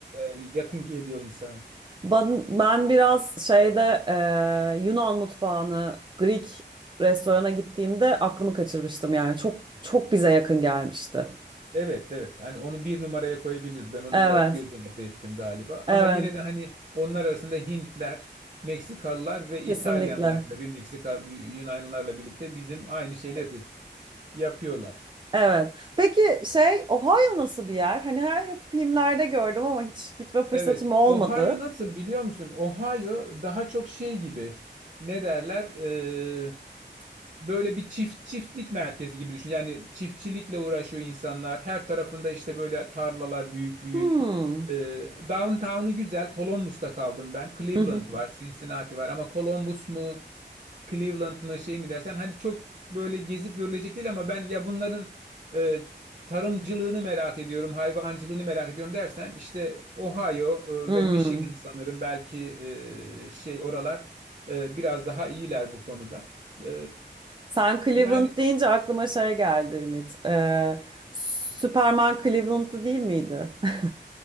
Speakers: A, on the right; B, on the right.
A: e, yakın geliyor insana.
B: Ben, ben biraz şeyde e, Yunan mutfağını Greek restorana gittiğimde aklımı kaçırmıştım yani çok çok bize yakın gelmişti.
A: Evet evet hani onu bir numaraya koyabiliriz. Ben onu
B: Evet,
A: biraz göz ardı ettim galiba.
B: evet,
A: Ama yine de hani onlar arasında Hintler, Meksikalılar ve
B: kesinlikle.
A: İtalyanlar tabii Meksika Yunanlılarla birlikte bizim aynı şeyler yapıyor, yapıyorlar.
B: Evet. Peki şey Ohio nasıl bir yer? Hani her hep filmlerde gördüm ama hiç gitme fırsatım
A: Evet.
B: olmadı.
A: Ohio nasıl biliyor musun? Ohio daha çok şey gibi ne derler? Ee, böyle bir çift çiftlik merkezi gibi düşün. Yani çiftçilikle uğraşıyor insanlar. Her tarafında işte böyle tarlalar büyük büyük.
B: Hmm.
A: Ee, downtown'u güzel. Columbus'ta kaldım ben. Cleveland
B: Hı hı.
A: var, Cincinnati var ama Columbus mu, Cleveland mı şey mi dersen hani çok böyle gezip görülecek değil ama ben ya bunların e, tarımcılığını merak ediyorum, hayvancılığını merak ediyorum dersen işte Ohio
B: Hmm.
A: e, ve Michigan sanırım belki e, şey oralar e, biraz daha iyiler bu konuda. E,
B: Sen Cleveland
A: yani
B: deyince aklıma şey geldi Ümit. Ee, Superman Cleveland'da değil miydi? <laughs>